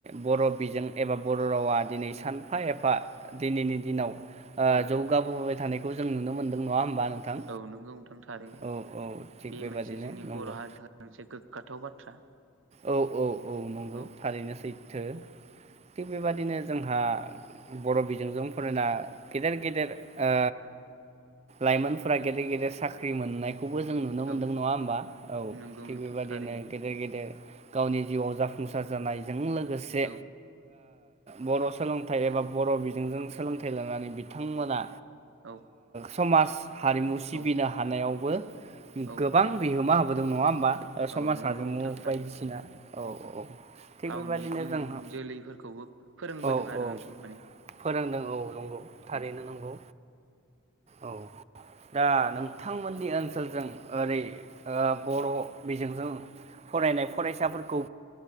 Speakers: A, on the right; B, on the right.
A: बर' बिजों एबा बर' रावा दिनै सानफा एफा दिनैनि दिनाव ओ
B: औ
A: जौगाबोबाय थानायखौ जों नुनो मोनदों नङा होमबा नोंथां?
B: औ नंगौ नोंथां थरैनो
A: औ औ थिग
B: बे
A: बेबादिनो
B: मोनसे जोंनि
A: नंगौ।
B: बर' हारिनि थाखाय मोनसे गोग्गाथाव बाथ्रा
A: औ औ औ नंगौ
B: औ
A: थारैनो सैथो थिग बेबादिनो जोंहा बर' बिजोंजों फरायना गेदेर गेदेर ओ लाइमोनफोरा गेदेर गेदेर साख्रि मोननाय खौबो जों नुनो
B: औ
A: मोन्दों नङा होमबा औ
B: नंगौ
A: थिग
B: नोंथां
A: बेबदिनो
B: थारैनो
A: गेदेर गेदेर गावनि जिउआव जाफुंसार जानायजों लोगोसे
B: औ
A: बर' सोलोंथाइ एबा बर' बिजोंजों सोलोंथाइ लानानै बिथांमोना
B: औ
A: समाज हारिमु सिबिनो
B: औ
A: हानायावबो
B: औ
A: गोबां बिहोमा होबोदों नङा होमबा समाज
B: औ नोंगौ
A: हारिमु
B: नोंथां थारैनो
A: बायदिसिना औ औ थिग
B: गावनि
A: बेबादिनो
B: इयुन
A: जोंहा
B: जोलैफोरखौबो फोरोंबोदों
A: औ
B: आरो
A: औ
B: नोंथां माने
A: फोरोंदों औ नंगौ थारैनो
B: औ
A: नंगौ औ दा नोंथांमोननि ओनसोलजों ओरै ओ बर' बिजोंजों फरायनाय फरायसाफोरखौ